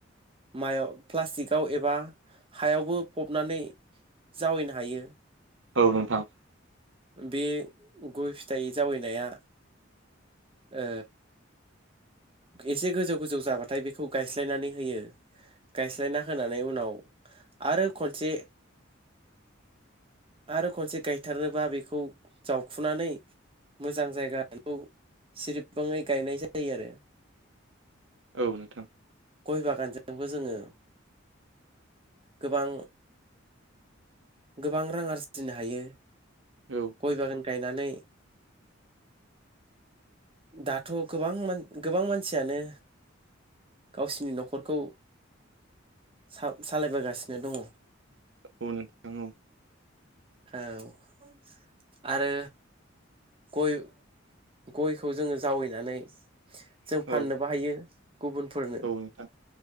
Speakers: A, on the right (about 30°); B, on the right (about 70°).
A: माइयाव प्लास्टिकआव एबा हायावबो फबनानै जावैनो हायो
B: औ नोंथां
A: बे गइ फिथाइ जावैनाया ओ एसे गोजौ गोजौ जाबा थाय बेखौ गायस्लायनानै होयो। गायस्लायना होनानै उनाव आरो खनसे
B: <inaudible>
A: आरो खनसे गायथारनोबा बेखौ जावखुनानै मोजां जायगाखौ सिरिबाङै गायनाय जायो आरो।
B: औ नोंथां
A: गइ बागानजोंबो जोङो गोबां गोबां रां आरजिनो हायो।
B: औ
A: गइ बागान गायनानै दाथ' गोबां मान गोबां मानसियानो गावसिनि नखरखौ सा सालायबोगासिनो दङ
B: औ नोंथां औ
A: औ आरो गय गयखौ जोङो जावैनानै जों
B: औ
A: फाननोबो हायो गुबुनफोरनो
B: औ नोंथां